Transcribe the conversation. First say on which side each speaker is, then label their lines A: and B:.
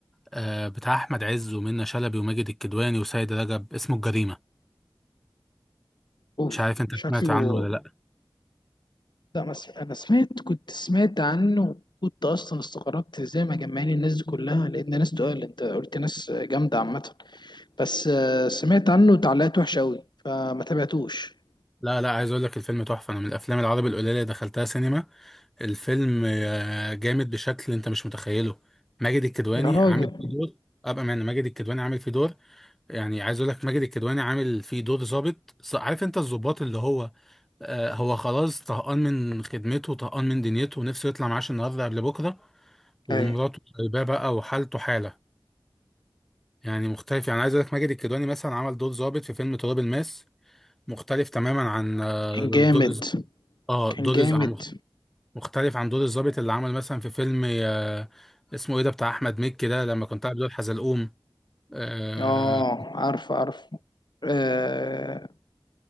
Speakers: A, in the centre; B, on the left.
A: آه بتاع احمد عز ومنة شلبي وماجد الكدواني وسيد رجب اسمه الجريمة
B: اوف
A: مش عارف انت
B: شكله
A: سمعت عنه ولا لا
B: لا ما س- انا سمعت كنت سمعت عنه كنت اصلا استغربت ازاي ما جمعني الناس دي كلها لان ناس تقال انت قلت ناس جامده عامه بس آه، سمعت عنه تعليقات وحشه قوي فما تابعتوش
A: لا لا عايز اقول لك الفيلم تحفة انا من الافلام العربي القليلة اللي دخلتها سينما الفيلم آه جامد بشكل انت مش متخيله ماجد الكدواني
B: يا راجل
A: عامل فيه دور ابقى معنى ماجد الكدواني عامل فيه دور يعني عايز اقول لك ماجد الكدواني عامل فيه دور ظابط ص- عارف انت الظباط اللي هو آه هو خلاص طهقان من خدمته طهقان من دنيته ونفسه يطلع معاش النهارده قبل بكره ومراته
B: ايوه
A: سايباه بقى وحالته حاله يعني مختلف يعني عايز اقول لك ماجد الكدواني مثلا عمل دور ظابط في فيلم تراب الماس مختلف تماما عن آه،
B: كان جامد
A: دور الز- اه
B: كان
A: دور
B: جامد
A: الز- عن- مختلف عن دور الظابط اللي عمل مثلا في فيلم آه اسمه ايه ده بتاع احمد مكي ده لما كنت عامل دور حزلقوم آه
B: اه عارف عارف آه